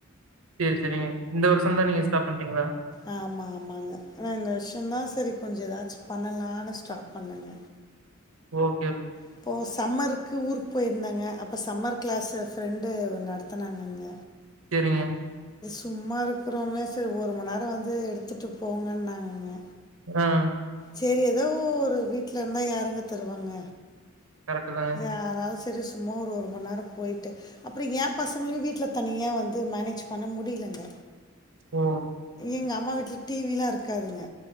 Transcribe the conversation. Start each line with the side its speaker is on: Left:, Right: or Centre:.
Right: செரி செரிங்க இந்த வருஷந்தா நீங்க ஸ்டாப் பண்ட்டீங்ளா
Left: ஆமா ஆமாங்க நா இந்த வர்ஷொந்தா செரி கொஞ்சொ எதாச்சு பண்ணலான்னு ஸ்டாப் பண்ணங்க
Right: ஓ
Left: இப்போ சம்மரு க்கு ஊருக் போயிருந்தங்க அப்ப சம்மர் க்ளாஸு ஃப்ரெண்டு நடத்தனாங்கங்க
Right: செரிங்க
Left: சும்மா இருக்குறோமே செரி ஒரு மண்நேர வந்து எடுத்துட்டு போங்க நாங்கங்க
Right: ஆஹ்
Left: சேரி ஏதோ ஒரு வீட்ல இருந்தா யாருங்க தருவாங்க
Right: கரெக்ட்டு தாங்க.
Left: வே <unintelligible> செரி சும்மா ஒரு ஒரு மண்நேரம் போயிட்டு அப்ற என் பசங்களையும் வீட்ல தனியா வந்து மேனேஜ் பண்ண முடியலங்க
Right: ஓ
Left: எங்க அம்மா வீட்ல டிவிலா இருக்காதுங்க